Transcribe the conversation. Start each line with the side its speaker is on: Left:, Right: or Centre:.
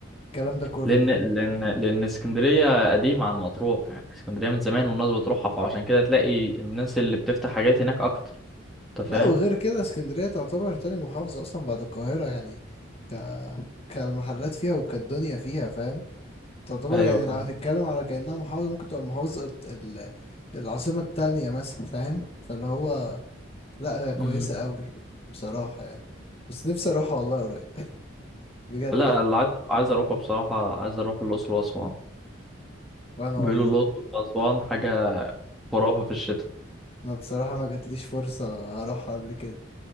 Left: الكلام ده كله
Centre: لأن
Left: يعني
Centre: لأن لأن اسكندرية قديمة عن مطروح يعني اسكندرية من زمان والناس بتروحها فعشان كده تلاقي الناس اللي بتفتح حاجات هناك أكتر أنت فاهم؟
Left: لا وغير كده اسكندرية تعتبر تاني محافظة أصلا بعد القاهرة يعني ك... كالمحلات فيها وكالدنيا فيها فاهم تعتبر
Centre: أيوه
Left: يعني
Centre: فاهم
Left: لو هتتكلم على كأنها محافظة ممكن تبقى المحافظة الت- ال... العاصمة التانية مثلا فاهم فاللي هو لا هي كويسة
Centre: مم.
Left: قوي بصراحة يعني بس نفسي أروحها والله قريب <laughs> بجد
Centre: لا
Left: يعني.
Centre: اللي عايز عايز أروحه بصراحة عايز أروح الأقصر وأسوان
Left: وأنا
Centre: بيقولوا
Left: والله
Centre: الأقصر وأسوان حاجة خرافة في الشتاء
Left: أنا بصراحة ما جاتليش فرصة أروحها قبل كده